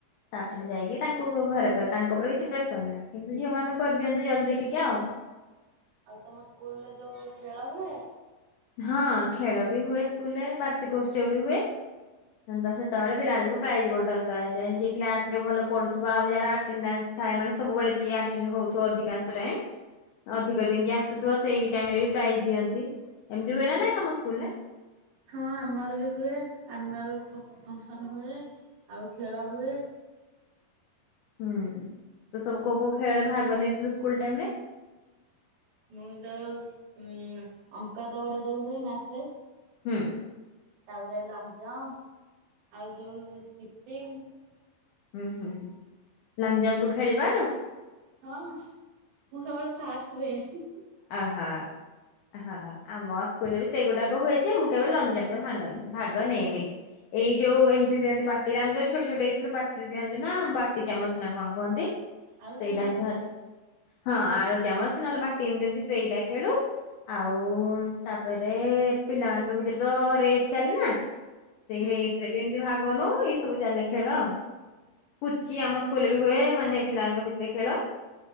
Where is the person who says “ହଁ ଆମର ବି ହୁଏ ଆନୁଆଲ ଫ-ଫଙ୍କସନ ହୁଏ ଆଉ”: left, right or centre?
Right